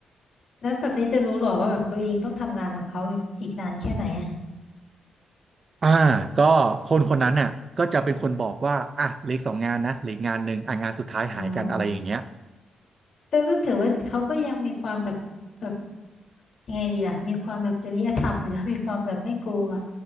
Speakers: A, on the left (about 60°); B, on the right (about 40°).
A: แล้วแบบนี้จะรู้หรอว่าแบบตัวเองต้องทำงานกับเขาแบบอีกนานแค่ไหนอะ
B: อ่าก็คนคนนั้นน่ะก็จะเป็นคนบอกว่าอ่ะเหลืออกสองงานนะเหลืออกงานหนึ่งอ่ะงานสุดท้ายหายกันอะไรอย่างเงี้ย
A: อ๋อเออก็ถือว่าเขาก็ยังมีความแบบแบบยังไงดีล่ะมีความแบบจริยธรรมอยู่นะ <laughs> มีความแบบไม่โกงอ่ะ